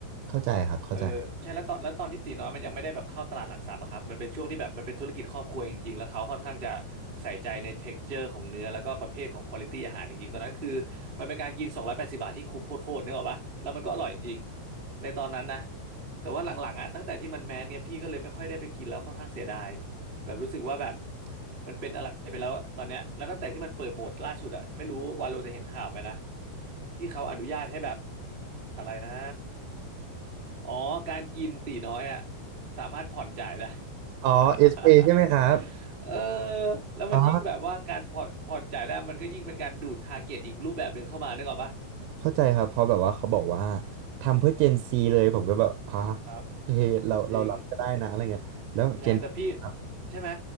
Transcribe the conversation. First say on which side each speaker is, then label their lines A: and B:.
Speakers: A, on the right (about 80°); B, on the right (about 50°).
A: เข้าใจครับเข้าใจ
B: เออใช่แล้วตอนแล้วตอนที่ตีน้อยมันยังไม่ได้แบบเข้าตลาดหลักทรัพย์อะครับมันเป็นช่วงที่แบบมันเป็นธุรกิจครอบครัวจริงๆแล้วเขาค่อนข้างจะใส่ใจใน texture ของเนื้อแล้วก็ประเภทของ quality อาหารจริงๆตอนนั้นคือมันเป็นการกิน280บบาทที่คุ้มโคตรๆนึกออกปะแล้วมันก็อร่อยจริงๆในตอนนั้นนะแต่ว่าหลังๆอะตั้งแต่ที่มันแมสเนี่ยพี่ก็เลยไม่ค่อยได้ไปกินแล้วค่อนข้างเสียดายแบบรู้สึกว่าแบบมันเป็นอะไรไปแล้วตอนเนี้ยแล้วตั้งแต่ที่มันเปิดโหมดล่าสุดอะไม่รู้วาโลจะเห็นข่าวไหมนะที่เขาอนุญาตให้แบบอะไรนะ อ๋อการกินตีน้อยอ่ะสามารถผ่อนจ่ายได้
A: อ๋อเอสเอใช่ไหมครับ
B: <laughs> เออแล้วมันยิ่งแบบว่าการผ่อนผ่อนจ่ายได้มันก็ยิ่งเป็นการดูดทาร์เก็ตอีกรูปแบบหนึ่งเข้ามานึกออกปะ
A: อ๋อ เข้าใจครับเพราะแบบว่าเขาบอกว่าทำเพื่อเจนซีเลยผมก็แบบอ่ะ
B: ครับ
A: เอเคเราเรารับก็ได้นะอะไรเงี้ยแล้วเจนครับ
B: จริงสใช่แต่พี่ใช่ไหม